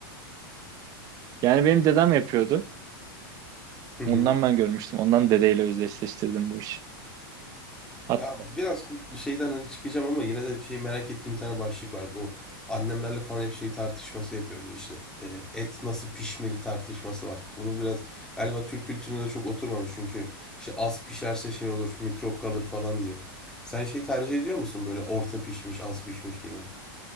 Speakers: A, on the right; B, in the centre.
A: Yani benim dedem yapıyordu.
B: <laughs>
A: Ondan ben görmüştüm. Ondan dedeyle özdeşleştirdim bu işi. Hat
B: Ya biraz şeyden hani çıkacağım ama yine de şey merak ettiğim bir tane başlık var. Bu annemlerle falan hep şey tartışması yapıyoruz işte. E, et nasıl pişmeli tartışması var. Bunu biraz galiba Türk kültürüne de çok oturmamış çünkü işte az pişerse şey olur, mikrop kalır falan diye. Sen şey tercih ediyor musun böyle orta pişmiş, az pişmiş gibi?